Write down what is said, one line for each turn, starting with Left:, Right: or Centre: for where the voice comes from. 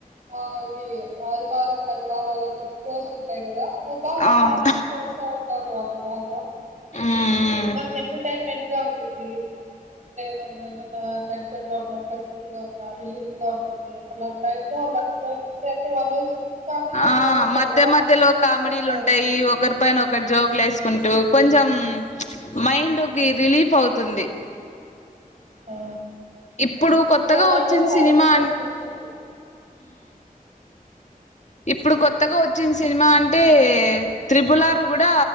Right: అవి ఆదివార పరివారాలు గురించి రాసుంటాయి కదా. పోదాం
Left: అవును
Right: షాపింగ్ చేస్త ఉంటారు వాళ్ళు. బాగ
Left: మ్మ్
Right: మనక్ ఎంటర్టైన్మెంట్ ట్ గా ఉంటుంది మన ఏమన్నా టెన్షన్ లో ఉన్న స్ట్రెస్ఫుల్ గా ఉన్న రిలీఫ్ గ ఉంటుంది అలాంటి టైంలో ఇలా అలాంటి వాళ్ళు కామెడీ
Left: ఆ
Right: చేసి నవ్విస్తారు
Left: మధ్య
Right: కదా
Left: మధ్యలో
Right: మనకు. కొంచెం
Left: కామెడీలు
Right: మైండ్ ఆ
Left: ఉంటాయి ఒకరి పైన ఒకరు జోక్లు వేసుకుంటు కొంచెం మైండ్. కి రిలీఫ్ అవుతుంది.
Right: ఆ.
Left: ఇప్పుడు కొత్తగా
Right: అలాంటి
Left: వచ్చింది
Right: అలాంటి
Left: సినిమా
Right: షో
Left: అన్
Right: చూస్తుంటుంది
Left: ఇప్పుడు కొత్తగా వచ్చిన సినిమా అంటే త్రిబుల్ ఆర్ కూడా